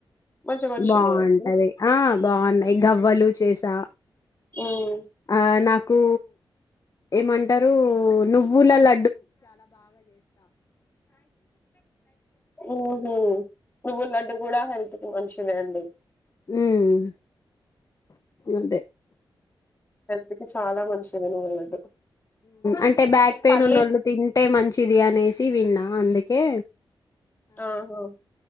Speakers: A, on the left; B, on the left.
A: మంచిగా వచ్చినాయి
B: బాగుంటది
A: అండి
B: ఆ బాగున్నాయి్ గవ్వలు చేసా
A: ఉం
B: ఆ నాకు ఏమంటారు నువ్వుల ల
A: ఉహు నువ్వులడ్డు కూడా హెల్త్ కి మంచిదే అండి
B: ఉం అంతే
A: హెల్త్ కి చాలా మంచిది నువ్వుల లడ్డు
B: అంటే బ్యాక్ పెయిన్
A: పల్లి
B: ఉన్నోళ్ళు తింటే మంచిది అనేసి విన్నా అందుకే
A: ఆహా